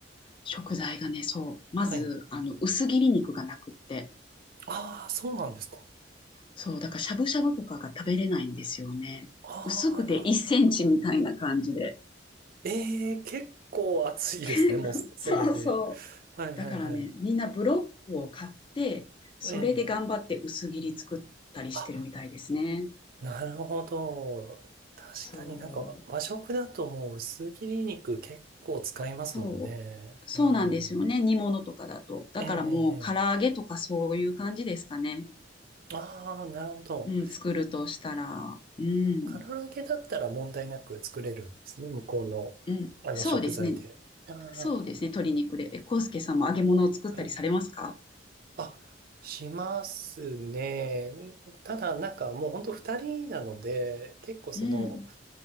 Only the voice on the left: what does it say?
食材がね、そう、まず、
あの、薄切り肉がなくって、
そう、だからしゃぶしゃぶとかが食べれないんですよね。
薄くて1センチみたいな感じで。
<laughs>
そうそう。
だからね、みんなブロックを買って、それで頑張って薄切り作ったりしてるみたいですね。
そう。そう。そうなんですよね。
煮物とかだと。だからもう唐揚げとかそういう感じですかね。
うん、作るとしたら。うん。
うん。
そうですね。
そうですね。鶏肉で。え、コウスケさんも揚げ物を作ったりされますか
うん。